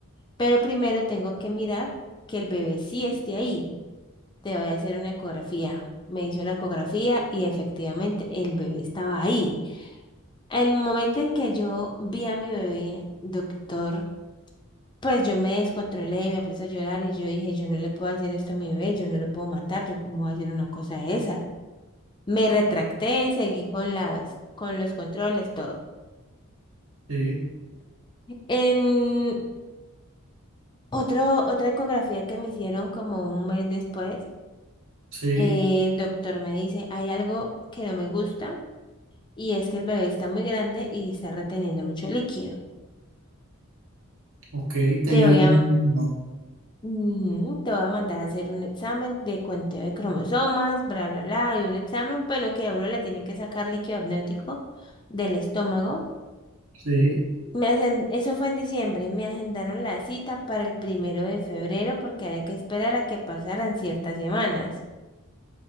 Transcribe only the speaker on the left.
pero primero tengo que mirar que el bebé sí esté ahí. Te voy a hacer una ecografía. Me hizo la ecografía y efectivamente el bebé estaba ahí. El momento en que yo vi a mi bebé, doctor, pues yo me descontrolé y me puse a llorar y yo dije, yo no le puedo hacer esto a mi bebé, yo no lo puedo matar, yo cómo voy a hacer una cosa de esa. Me retracté, seguí con las, con los controles, todo.
En otro, otra ecografía que me hicieron como un mes después,
eh, el doctor me dice, hay algo que no me gusta y es que el bebé está muy grande y está reteniendo mucho líquido.
Te voy
a,
ujú, te voy a mandar a hacer un examen de conteo de cromosomas, bla, bla, bla, y un examen, pero que a uno le tienen que sacar líquido amniótico del estómago
Me agen- Eso fue en diciembre. Me agendaron la cita para el primero de febrero porque había que esperar a que pasaran ciertas semanas.